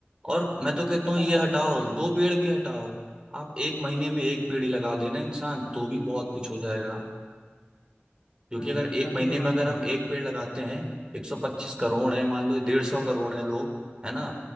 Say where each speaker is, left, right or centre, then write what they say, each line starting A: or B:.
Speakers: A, on the right; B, on the left.
A: और मैं तो कहता
B: अभी पता
A: हूँ ये
B: मतलब
A: हटाओ
B: ऐसा नहीं है कि सिर्फ
A: दो पेड़ भी हटाओ आप एक महीने में एक पेड़ ही लगा देना इंसान तो भी बहुत कुछ हो जाएगा क्योंकि
B: हाँ
A: अगर
B: ये
A: एक
B: बात
A: महीने
B: भी मैं मानता
A: में अगर
B: हूँ
A: हम एक पेड़ लगाते हैं 125 करोड़ है मान लो 150 करोड़ है लोग है ना